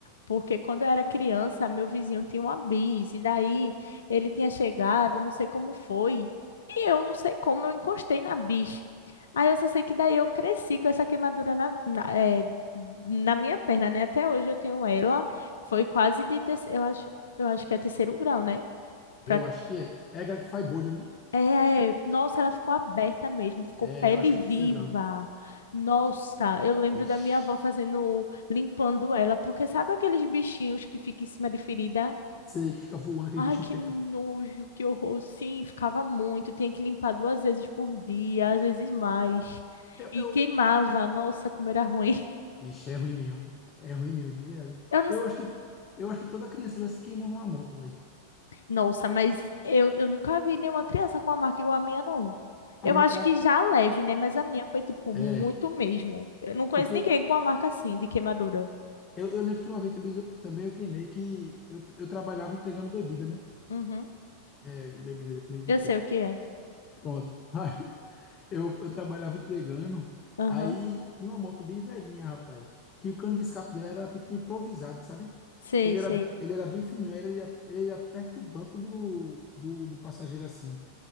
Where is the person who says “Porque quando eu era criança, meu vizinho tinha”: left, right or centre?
Left